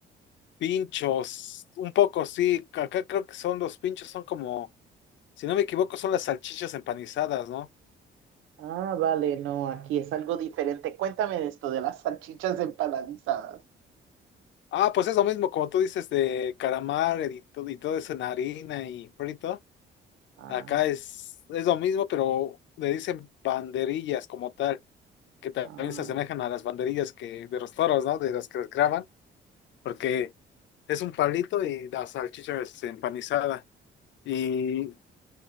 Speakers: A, on the left; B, on the right.
A: Pinchos, un poco sí, acá creo que son los pinchos, son como, si no me equivoco, son las salchichas empanizadas, ¿no?
B: Ah, vale, no, aquí es algo diferente. Cuéntame de esto de las salchichas empanadizadas.
A: Ah, pues es lo mismo, como tú dices, de calamar y, to- y todo eso en harina y frito.
B: Ah,
A: Acá es, es lo mismo, pero le dicen banderillas como tal, que también
B: ah.
A: se asemejan a las banderillas que de los toros, ¿no? De las que les graban, porque es un palito y la salchicha es empanizada. Y,